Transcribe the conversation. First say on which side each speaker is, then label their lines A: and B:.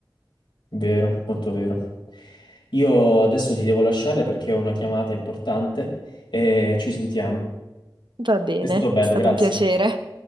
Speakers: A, on the left (about 70°); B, on the right (about 70°).
A: Vero, molto vero. Io adesso ti devo lasciare perché ho una chiamata importante e ci sentiamo.
B: Va bene,
A: È stato
B: è
A: bello,
B: stato
A: grazie.
B: un piacere.